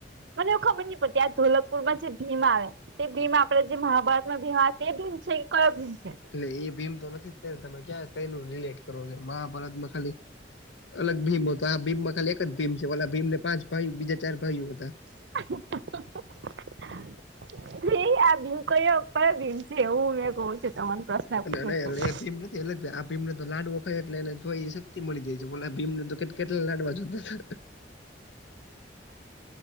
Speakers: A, on the right; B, on the left.
A: મને એવું ખબર નહીં પડતી આ ધોલકપુર માં જે ભીમ આવે તે ભીમ આપડે જે મહાભારતમાં ભીમ આવે તે ભીમ છે કે કયો ભીમ છે?
B: એટલે ઈ ભીમ તો નથી જ તને તમે ક્યાં કઈનું રિલેટ કરવો છો મહાભારતમાં ખાલી અલગ ભીમ હતો આ ભીમમાં ખાલી એક જ ભીમ છે ઓલા ભીમ ને પાંચ ભાઈ બીજા ચાર ભાઈઓ હતા.
A: <inaudible> એ આ ભીમ કયો આપડા ભીમ છે એવું <unintelligible> તમને પ્રશ્ન
B: અન
A: પૂછો
B: અને
A: છો
B: એટલે
A: તો
B: એ ભીમ નથી એટલે આ ભીમને તો લાડવો ખાય એટલે એને જોઈએ સે તે મળી જાય છે ઓલા ભીમને તો કેટ કેટલા લાડવા જોતા તા.